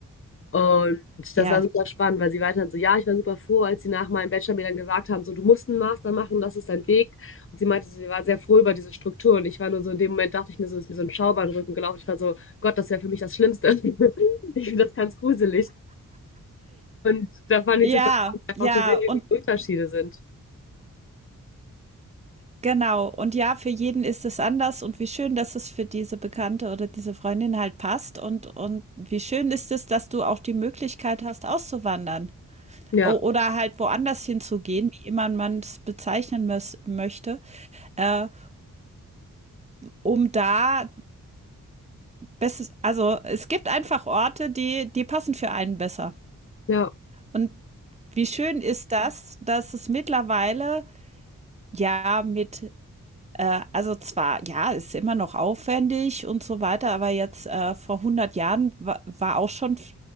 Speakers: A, on the left; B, on the right.
A: Und das
B: ja.
A: war super spannend, weil sie weiter so, ja, ich war super froh, als sie nach meinem Bachelor mir dann gesagt haben, so, du musst einen Master machen, das ist dein Weg. Und sie meinte, so, sie war sehr froh über diese Struktur. Und ich war nur so, in dem Moment dachte ich mir so, ist mir so ein Schauer in den Rücken gelaufen. Ich war so, Gott, das wäre für mich das Schlimmste. <laughs> Ich finde das ganz gruselig. Und da fand ich
B: Ja,
A: super spannend, einfach
B: ja,
A: zu sehen,
B: und
A: wie die Unterschiede sind.
B: Genau. Und ja, für jeden ist es anders und wie schön, dass es für diese Bekannte oder diese Freundin halt passt und und wie schön ist es, dass du auch die Möglichkeit hast, auszuwandern
A: Ja,
B: o oder halt woanders hinzugehen, wie immer man es bezeichnen mös möchte, äh, um da bestes also, es gibt einfach Orte, die die passen für einen besser.
A: ja,
B: Und wie schön ist das, dass es mittlerweile, ja, mit Äh, also zwar, ja, ist immer noch aufwendig und so weiter, aber jetzt äh, vor 100 Jahren wa war auch schon